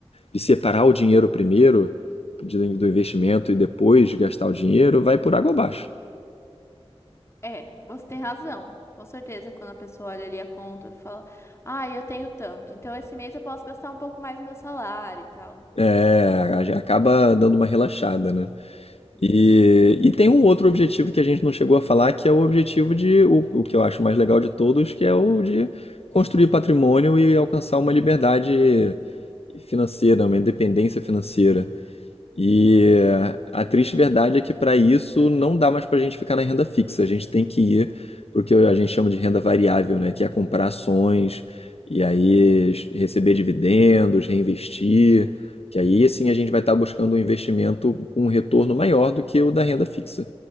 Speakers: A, on the left; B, on the left.
A: de separar o dinheiro primeiro do investimento e depois gastar o dinheiro, vai por água abaixo.
B: É, você tem razão. Com certeza, quando a pessoa olha ali a conta, e fala: Ah, eu tenho tanto. Então esse mês eu posso gastar um pouco mais do meu salário e tal.
A: É, acaba dando uma relaxada, né?
B: Isso.
A: E, e tem um outro objetivo que a gente não chegou a falar, que é o objetivo de, o, o que eu acho mais legal de todos, que é o de construir patrimônio e alcançar uma liberdade financeira, uma independência financeira. E eh, a triste verdade é que para isso não dá mais para a gente ficar na renda fixa. A gente tem que ir para o que a gente chama de renda variável, né? Que é comprar ações e aí es- receber dividendos, reinvestir. Que aí sim a gente vai estar buscando um investimento com um retorno maior do que o da renda fixa.